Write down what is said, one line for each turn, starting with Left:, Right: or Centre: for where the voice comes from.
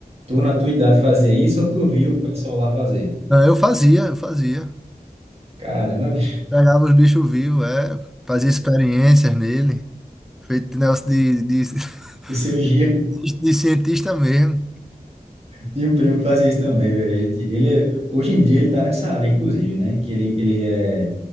Right: Tu, na tua idade, fazia isso ou tu viu o pessoal lá fazer?
Centre: Não, eu fazia, eu fazia.
Right: Caramba, <laughs> bicho.
Centre: Pegava os bichos vivos, é, fazia experiências nele, feito negócio de, de, <laughs>
Right: E cirurgia.
Centre: de, de cientista mesmo.
Right: Tinha um primo que fazia isso também, velho. A gente- Ele, é- hoje em dia ele tá nessa área, inclusive, né? Que ele, ele é,